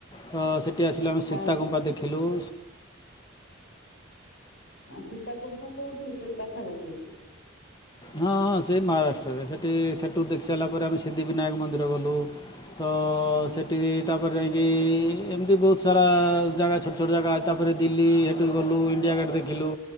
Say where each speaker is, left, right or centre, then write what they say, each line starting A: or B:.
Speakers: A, on the left; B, on the left.
A: ତ ସେଠି ଆସିଲେ ଆମେ ସୀତା
B: ଅ
A: କୁମ୍ପା ଦେଖିଲୁ-ଉ-ଉ।
B: ଆ ସୀତା ଗୁମ୍ଫା କୋଉଠି ସେଇ ପାଖରେ କି?
A: ହଁ ହଁ ସେଇ ମହାରାଷ୍ଟ୍ରରେ ସେଠି-ଇ-ଇ ସେଠୁ ଦେଖି ସାରିଲା ପରେ ଆମେ ସିଦ୍ଧି ବିିନାୟକ ମନ୍ଦିର ଗଲୁ। ତ-ଅ-ଅ-ଅ ସେଠି ତାପରେ ଯାଇକି-ଇ-ଇ-ଇ ଏମିତି ବହୁତ ସାରା ଜାଗା ଛୋଟ ଛୋଟ ଜାଗା ତାପରେ ତାପରେ ଦିଲ୍ଲୀ ସେଠୁ ଗଲୁ ଇଣ୍ଡିଆ ଗେଟ୍ ଦେଖିଲୁ।